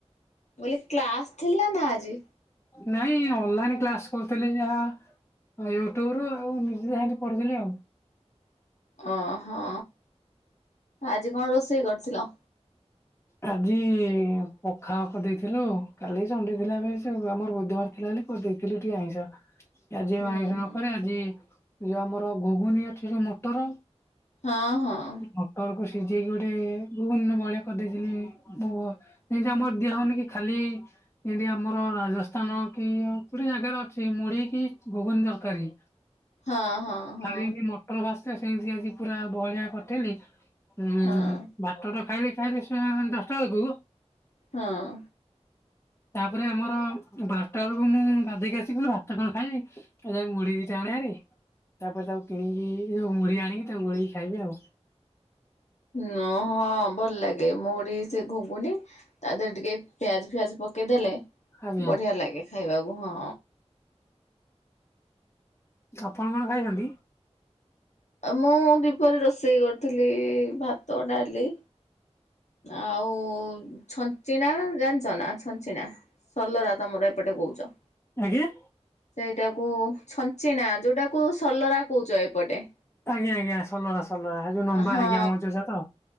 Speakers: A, on the left (about 85°); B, on the left (about 20°).
A: ମୁଁ କହିଲି କ୍ଲାସ୍ ଥିଲା ନା ଆଜି?
B: ନାଇଁ ଅନଲାଇନ କ୍ଲାସ୍। କହୁଥିଲି ଯାହା ୟୁଟ୍ୟୁବ ରୁ ଆଉ ନିଜେ ଯାହାକି ପଢୁଥିଲି ଆଉ।
A: ଓହୋ ଆଜି କଣ ରୋଷେଇ କରିଥିଲ?
B: ଆଜି ପଖାଳ କରିଦେଇଥିଲୁ କାଲି ସଣ୍ଡେ ଥିଲାବେସ ଆମର ବୁଧବାର ଥିଲା ବୋଲି। କରିଦେଇଥିଲି ଟିକେ ଆଇଁସ। ଆଜି
A: ହୁଁ
B: ଆଇଁଷ
A: ହୁଁ
B: ନକରି ଆଜି ଯୋଉ ଆମର ଘୁଗୁନି ଅଛି ଯୋଉ ମୋଟର।
A: ହଁ ହଁ।
B: ମଟର କୁ ସିଝେଇକି ଗୋଟେ ଘୁଗୁନି ଭଳିଆ କରିଦେଇଥିଲି ମ ଏନ୍ତୀ ଆମର ଦିଆ ହଉନି କି ଖାଲି। ଏନ୍ତୀ ଆମର ରାଜସ୍ଥାନ କି ଗୋଟେ ଜାଗାରେ ଅଛି ମୁଢି କି ଘୁଗୁନି ତରକାରୀ।
A: ହଁ ହଁ। ହଁ
B: କାଲି ଯେମତି ମଟର ଭାସିଥିଲା, ସେମିତି ଆଜି ପୁରା ବହଳିିଆ କରିଥିଲି। ଉଁ
A: ହଁ।
B: ଭାତ ତ ଖାଇଲି ଖାଇଲି ସେ ଦଶଟା ବେଳକୁ।
A: ହଁ।
B: ତାପରେ ଆମର ବାରଟା ବେଳକୁ, ମୁଁ ଗାଧେଇକି ଆସି କହିଲି ଭାତ କଣ ଖାଇବି ଏ ନାଇଁ ମୁଢୀ ଦିଟା ଆଣେ ଭାରି। ତାପରେ ତାକୁ କିଣିକି, ଯୋଉ ମୁଢି ଆଣିକି ତାକୁ ଗୋଳେଇକି ଖାଇବି ଆଉ।
A: ନ ହଁ ଭଲ ଲାଗେ, ମୁଢି ସେ ଘୁଗୁନି ତା ଦେହରେ ଟିକେ ପିଆଜ ଫିଆଜ ପକେଇଦେଲେ,
B: ଆଜ୍ଞା
A: ବଢ଼ିଆ ଲାଗେ ଖାଇବାକୁ ହଁ।
B: ଆପଣ କଣ ଖାଇଛନ୍ତି?
A: ମୁଁ ଦ୍ୱିପହରେ ରୋଷେଇ କରିଥିଲି, ଭାତ, ଡାଲି ଆଉ ଛଞ୍ଚିଣା, ଜାଣିଛ ନା ଛଞ୍ଚିଣା? ସଲରା, ତମର ଏପଟେ କହୁଛ।
B: ଆଜ୍ଞା।
A: ସେଇଟାକୁ ଛଞ୍ଚିଣା, ଯୋଉଟାକୁ ସଲରା କହୁଛ ଏପଟେ।
B: ଆଜ୍ଞା ଆଜ୍ଞା ସଲରା ସଲରା, ଯୋଉ ଲମ୍ବା
A: ହଁ
B: ହେଇକି ଆମର ଯୋଉଟା ତ।